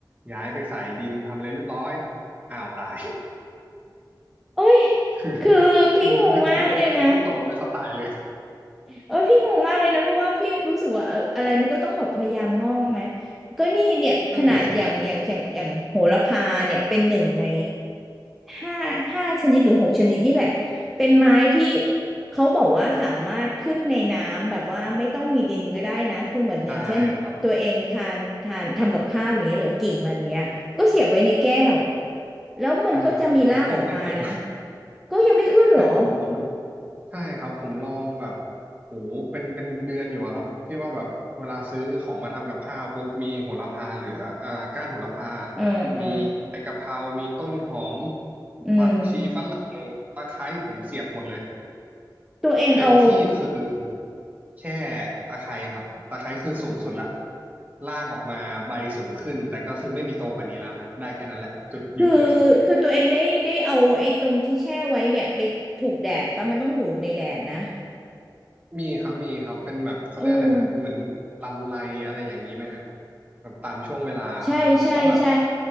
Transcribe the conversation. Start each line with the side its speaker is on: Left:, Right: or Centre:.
Right: ย้ายไปใส่ดินทำอะไรเรียบร้อยอ้าวตาย
Centre: โอ้ย
Right: <laughs> คือ
Centre: คือพี่งงมากเลยนะ
Right: งงมากคือคือเขาไม่โตแล้วเขาตายเลย
Centre: เออพี่งงมากเลยนะเพราะว่าพี่รู้สึกว่าเอออะไรมันก็ต้องแบบพยายามงอกไหมก็นี่เนี่ยขนาดอย่างอย่างอย่างอย่างโหระพาเนี่ยเป็นหนึ่งใน
Right: นั่นน่ะสิฮะ
Centre: ห้าห้าชนิดหรือหกชนิดนี่แหละเป็นไม้ที่เขาบอกว่าสามารถขึ้นในน้ำแบบว่าไม่ต้องมีดินก็ได้นะคือเหมือนอย่างเช่นตัวเองทานทานทำกับข้าวอย่างเงี้ยหรือกิ่งมันเงี้ยก็เสียบไว้ในแก้ว
Right: ใช่ครับ
Centre: แล้วมันก็จะมีรากออกมานะ
Right: อ่าไม่ขึ้นเลยผม
Centre: ก็ยังไม่ขึ้นเหรอ
Right: ใช่ผมผมรู้ใช่ครับผมลองแบบโหเป็นเป็นเดือนอยู่อะครับที่ว่าแบบเวลาซื้อของมาทำกับข้าวปุ๊บมีโหระพาเหลืออ่าก้านโหระพา
Centre: เออเออ
Right: มีใบกะเพรามีต้นหอม
Centre: อืม
Right: ผักชีฝรั่งตะไคร้ผมเสียบหมดเลย
Centre: ตัวเองเอา
Right: เต็มที่คือแค่ตะไคร้ครับตะไคร้คือสูงสุดละลากออกมาใบสูงขึ้นแต่ก็คือไม่มีโตกว่านี้แล้วนะฮะได้แค่นั้นแหละจุดหยุดเลย
Centre: คือคือตัวเองได้ได้เอาไอ้ตรงที่แช่ไว้เนี่ยไปถูกแดดปะมันต้องอยู่ในแดดนะ
Right: มีครับมีครับเป็นแบบเขาเรียกอะไรนะเหมือนลำไรอะไรอย่างนี้ไหมฮะ
Centre: เออ
Right: แบบตามช่วงเวลา
Centre: ใช่ใช่ใช่
Right: ผมก็แบบ